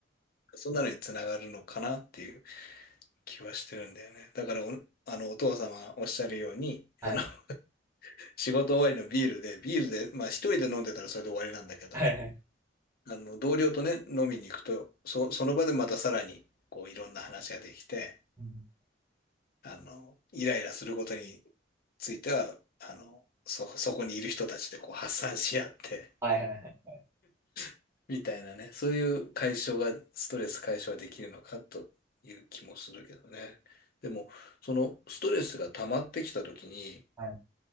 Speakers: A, on the left (about 55°); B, on the right (about 15°).
A: そんなのにつながるのかなっていう気はしてるんだよね。だからお、あの、お父様がおっしゃるように、
B: はい
A: あの、<laughs> 仕事終わりのビールで、ビールで、まあ一人で飲んでたらそれで終わりなんだけど、
B: はいはい。はいはいはい
A: あの、同僚とね、飲みに行くと、そ、その場でまたさらに、こう、いろんな話ができて、
B: うん
A: あの、イライラすることについては、あの、そ、そこにいる人たちでこう発散し合って、
B: はいはいはい。
A: <laughs> みたいなね、そういう解消が、ストレス解消できるのかという気もするけどね。でも、そのストレスが溜まってきた時に、
B: はい。